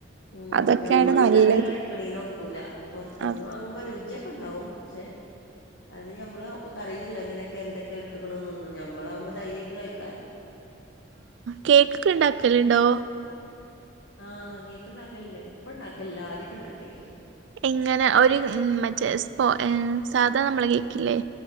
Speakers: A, on the left (about 65°); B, on the right (about 70°).
A: ഉംഞമ്മള്
B: അതൊക്കെയാണ് നല്ലത്
A: ഇണ്ടാക്കി കൈക്ക്ണെന് ഒക്കൂല പൊറ്ത്ത്ന്ന്
B: ആഹ്
A: വാങ്ങുമ്പോ രുചി ക്കെ ഇണ്ടാവും ക്ഷെ അത് നമ്മള്യം അറിണില എങ്ങനെക്കെ എന്തൊക്കെ ഇട്ട് ക്ക്ണുന്ന് നമ്മളാവുമ്പോ ധൈര്യാ യിട്ട് കഴിക്കാലോ
B: കേക്ക് ഇണ്ടാക്കലുണ്ടോ
A: ആഹ് കേക്ണ്ടാക്കല്ണ്ട് ഇപ്പ ഇണ്ടാക്കലില്ല ആദ്യൊക്കെ ഇണ്ടാക്കിനി
B: ഇങ്ങനെ ഒരു മറ്റേ സ്പോ സാധന നമ്മള കേക്കില്ലേ